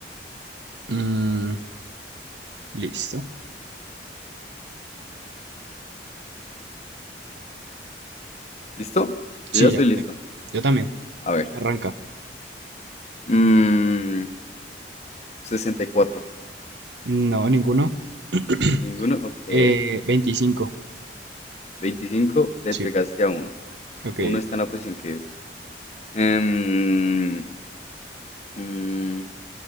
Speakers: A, on the right; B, on the left.
A: Mm, listo.
B: ¿Listo?
A: Sí,
B: Yo ya estoy
A: ya lo
B: listo.
A: tengo. Yo también.
B: A ver.
A: Arranca.
B: mm, sesenta y cuatro
A: No, ninguno. <clears throat>
B: Ninguno, ok.
A: Eh, veinticinco.
B: veinticinco le
A: Sí,
B: pegaste a uno.
A: ok.
B: Uno está en la posición que es. Em, mm,